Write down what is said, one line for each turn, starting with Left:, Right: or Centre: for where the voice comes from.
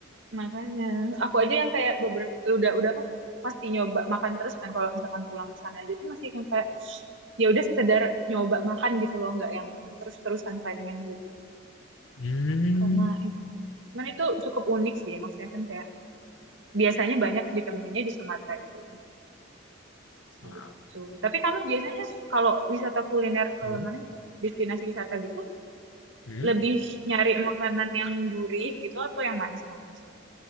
Right: Makanya aku aja yang kayak beberapa udah udah apa pasti nyoba makan terus kan kalau misalkan pulang ke sana aja tuh masih kan kayak ya udah sekedar nyoba makan gitu loh nggak yang terus-terusan pengen gitu
Left: Hmm.
Right: karena itu cuman itu cukup unik sih maksudnya kan kayak biasanya banyak ditemuinya di Sumatera itu gitu
Left: Wah.
Right: tapi kamu biasanya kalau wisata kuliner ke
Left: Hmm.
Right: mana itu destinasi wisata gitu
Left: Hmm?
Right: lebih nyari makanan yang gurih gitu atau yang manis-manis